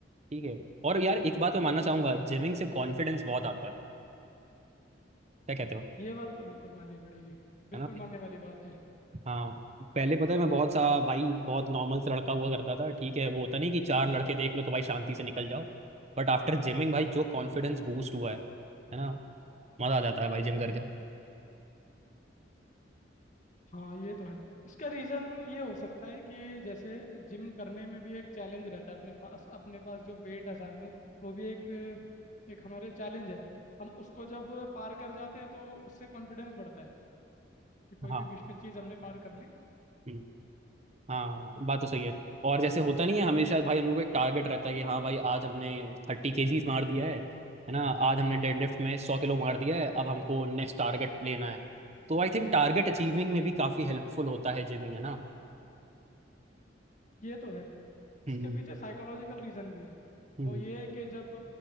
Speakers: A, on the right; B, on the left.
A: ठीक है और यार एक बात मैं मानना चाहूंगा जिमिंग से कॉन्फिडेंस बहुत आता है क्या कहते हो
B: ये बात तो बिल्कुल माननी पड़ेगी बिल्कुल
A: है ना
B: मानने वाली बात है
A: हाँ पहले पता है मैं बहुत सा भाई बहुत नॉर्मल से लड़का हुआ करता था ठीक है वो होता नहीं कि चार लड़के देख लो तो भाई शांति से निकल जाओ बट आफ्टर जिमिंग भाई जो कॉन्फिडेंस बूस्ट हुआ है है ना मजा आ जाता है भाई जिम करके
B: हाँ ये तो है इसका रीज़न ये हो सकता है कि जैसे जिम करने में भी एक चैलेंज रहता है अपने पास अपने पास जो वेट है सामने वो भी एक एक हमारे चैलेंज है हम उसको जब पार कर जाते हैं तो उससे कॉन्फिडेंस बढ़ता है कि कोई
A: हाँ
B: भी मुश्किल चीज़ हमने पार कर ली
A: हम्म, हाँ बात तो सही है और जैसे होता नहीं है हमेशा भाई हम लोग को एक टारगेट रहता है कि हाँ भाई आज हमने थर्टी केजीज मार दिया है है ना आज हमने डेडलिफ्ट में सौ किलो मार दिया है अब हमको नेक्स्ट टारगेट लेना है तो आई थिंक टारगेट अचीविंग में भी काफी हेल्पफुल होता है जिमिंग है ना
B: ये तो है इसके
A: हम्म
B: पीछे साइकोलॉजिकल रीज़न भी है
A: हम्म
B: वो ये है कि जब